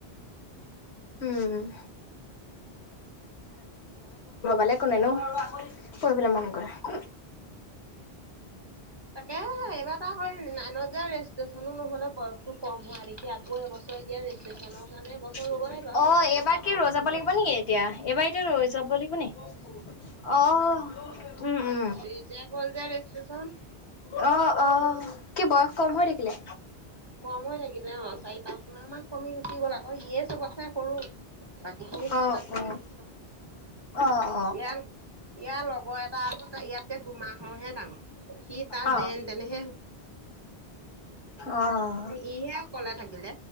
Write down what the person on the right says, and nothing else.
তাকেহে এইবাৰ এটা হয় নাইনত যে ৰেজিষ্ট্ৰচনো নহলে বয়সতটো কম হোৱা দেখি আকৌ এবছৰ এতিয়া ৰেজিষ্ট্ৰেশ্যনৰ
কাৰণে এবছৰ ৰ'ব লাগিব আৰু একবছৰ
আকৌ
পঢ়িব
ৰিজেক হল যে ৰেষ্টেচন
কম হৈ থাকিলে অ 'চাৰি পাঁচ মাহ মান কমি গুচি গ'ল আকৌ ইয়ে চবটচে সৰু বাকী খিনি চব
আগবাঢ়ি
গুছি গল
ইয়াৰ ইয়াৰ লগৰ এটা আকৌ ইয়াতকে দুমাহৰহে ডাঙৰ সি তাৰ
যেন তেনে
ইহে অকলে থাকিলে।